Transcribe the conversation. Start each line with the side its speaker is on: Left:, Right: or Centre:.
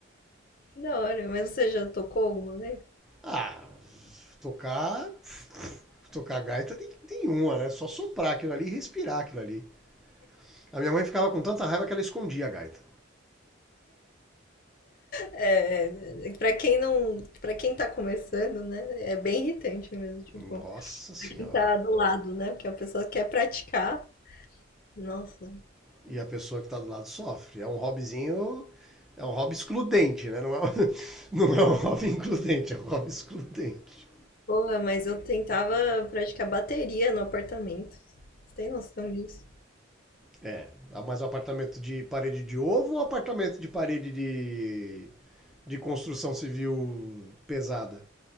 Left: Que da hora, mas você já tocou alguma vez?
Centre: Ah, tocar. Tocar gaita tem, tem uma, né? Só soprar aquilo ali e respirar aquilo ali. A minha mãe ficava com tanta raiva que ela escondia a gaita.
Left: É, é, quem não, para quem tá começando, né, é bem irritante mesmo, tipo,
Centre: Nossa senhora.
Left: pra quem tá do lado, né, porque a pessoa quer praticar. Nossa,
Centre: E a pessoa que tá do lado sofre. É um hobbyzinho. É um hobby excludente, né? Não é, um, <laughs> não é um hobby includente, é um hobby excludente.
Left: porra, mas eu tentava praticar bateria no apartamento. Você tem noção disso?
Centre: É, mas o apartamento de parede de ovo ou apartamento de parede de, de construção civil pesada?